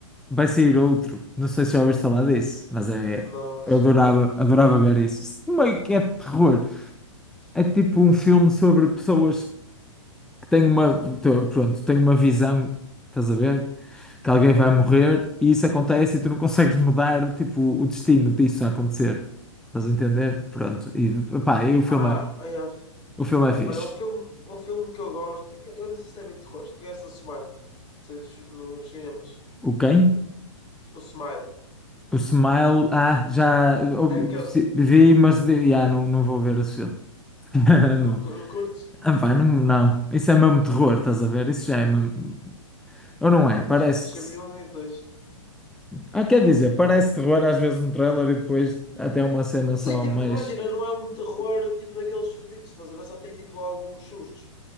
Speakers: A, in the centre; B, on the left.
A: Vai sair outro. Não sei se já ouviste falar disso, mas é.
B: Não, esse
A: Eu adorava,
B: não.
A: adorava ver isso. Isso meio que é terror. É tipo um filme sobre pessoas. tenho uma, tô- pronto, tenho uma visão, estás a ver? Que alguém
B: Hum.
A: vai morrer e isso acontece e tu não consegues mudar, tipo, o destino disso a acontecer. Estás a entender? Pronto. E, pá, e o filme
B: Ah,
A: é,
B: ah, yeah.
A: o filme é fixe.
B: Olha, um filme, um filme que eu gosto. é que Eu não sei se é bem terror. Tu conheces o Smile? Sei dos- nos cinemas.
A: O quem?
B: O Smile.
A: O Smile, ah, já ouvi-
B: É aquele.
A: se- vi, mas de, ah, não, não vou ver esse filme. <laughs>
B: Não,
A: Não.
B: cu- não curtes?
A: Ah, pá, não, não. Isso é mesmo terror, estás a ver? Isso já é mesmo. Ou
B: Yeah.
A: não é? Parece
B: Mas foi fixe,
A: que.
B: havia
A: se-
B: um e dois.
A: Ah, quer dizer, parece terror às vezes no trailer e depois até uma cena só
B: Sim, tipo,
A: mais.
B: imagina, não é um terror tipo daqueles fodidos, estás a ver? Só tem tipo alguns sustos.